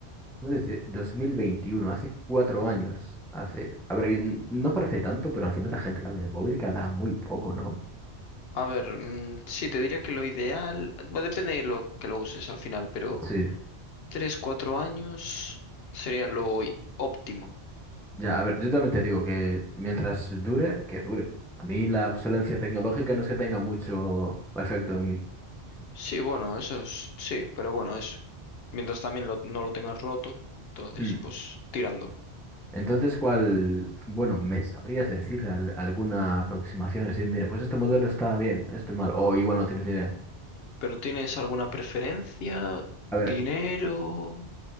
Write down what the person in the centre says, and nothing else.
No, Desde 2021 hace cuatro años. Hace, a ver, n- no parece tanto, pero al final la gente que habla de móvil cada muy poco, ¿no?
Sí.
Ya, a ver, yo también te digo que mientras dure, que dure. A mí la obsolencia tecnológica no es que tenga mucho efecto en mí.
Hmm.
Entonces, ¿cuál, bueno, me sabrías decir al- alguna aproximación? Es decir, mira, pues este modelo está bien, este mal, o igual no tienes ni idea.
A ver,